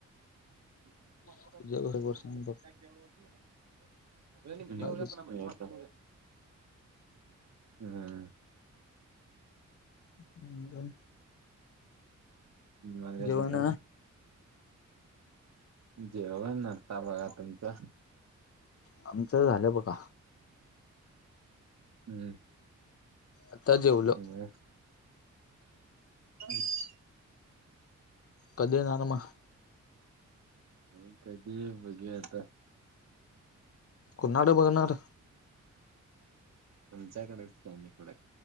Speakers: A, on the right (about 60°); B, on the left (about 50°).
A: <unintelligible>
B: तुझ्या बरोबर सांग बघ
A: <unintelligible>
B: काय
A: हं.
B: कसं
A: मग आणि
B: जेवण
A: काय? जेवण आता बघा. तुमचं?
B: आमचं झालंय बघा.
A: हम्म.
B: आता जेवलो
A: मग <unintelligible>
B: कधी येणार मग?
A: नाही कधी हाय बघुया आता.
B: कुणाकडं बघणार?
A: तुमच्या इकडंच की